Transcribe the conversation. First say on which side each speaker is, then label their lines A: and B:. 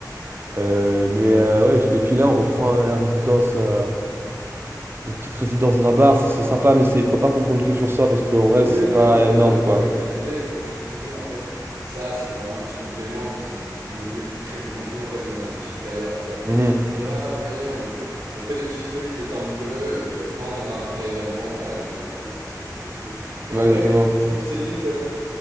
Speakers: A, on the right (about 75°); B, on the right (about 35°).
A: Ouais.
B: Euh, mais euh, ouais, j- et puis là, on reprend euh, la résidence, euh, la petite résidence dans un bar, ça, c'est sympa, mais c'est, faut pas qu'on compte que sur ça, parce qu'en
A: Oui,
B: vrai, c'est
A: non,
B: pas
A: non, mais moi,
B: énorme,
A: de-
B: quoi.
A: comme je te disais, comme je te disais, en fait, ça, c'est vraiment un petit complément qui, qui nous fait f- créer du contenu, en fait, où on a des petits flyers, quoi, tu
B: Mhm.
A: vois, c'est pour dire, ah, vous voyez, on fait, on fait des petits trucs le temps que, et puis euh, quand on aura un vrai événement, bah là, les gens, ils vont, ils vont se jeter dessus. Et
B: Ouais,
A: en vrai,
B: exactement.
A: je trouve que c'est limite, euh,